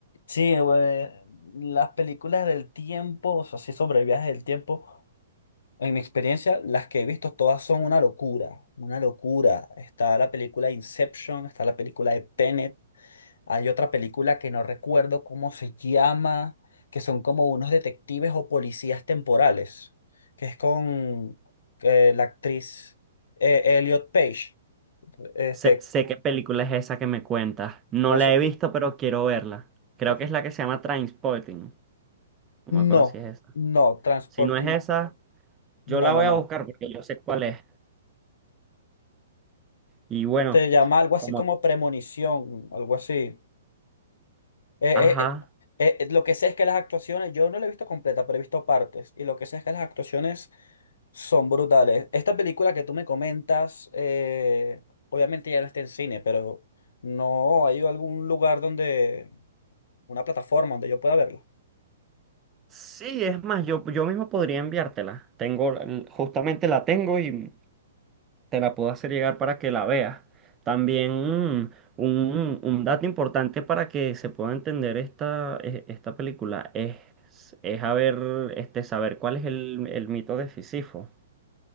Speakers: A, on the left; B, on the right.
A: Sí, güey, las películas del tiempo, o sea, sí sobre viajes del tiempo, en mi experiencia, las que he visto todas son una locura, una locura. Está la película Inception, está la película de Tenet. Hay otra película que no recuerdo cómo se llama, que son como unos detectives o policías temporales, que es con eh, la actriz eh, Elliot Page. Este,
B: Sé, sé qué película es esa que me cuentas. No
A: ¿cómo
B: la
A: se?
B: he visto, pero quiero verla. Creo
A: co-
B: que es la que se llama Trainspotting. No me acuerdo
A: No,
B: si es esa.
A: no, Transporting.
B: Si no es esa, yo
A: No,
B: la
A: no,
B: voy
A: no.
B: a buscar porque yo sé cuál es. Y bueno,
A: Se llama algo
B: como...
A: así como Premonición, algo así. Eh,
B: Ajá.
A: eh, eh, eh, lo que sé es que las actuaciones, yo no la he visto completa, pero he visto partes. Y lo que sé es que las actuaciones son brutales. Esta película que tú me comentas, eh, obviamente ya no está en cine, pero no hay algún lugar donde, una plataforma donde yo pueda verla.
B: Sí, es más, yo, yo mismo podría enviártela. Tengo, justamente la tengo y te la puedo hacer llegar para que la veas. También mm, un, un dato importante para que se pueda entender esta, e- esta película es, es haber, este, saber cuál es el, el mito de Sísifo.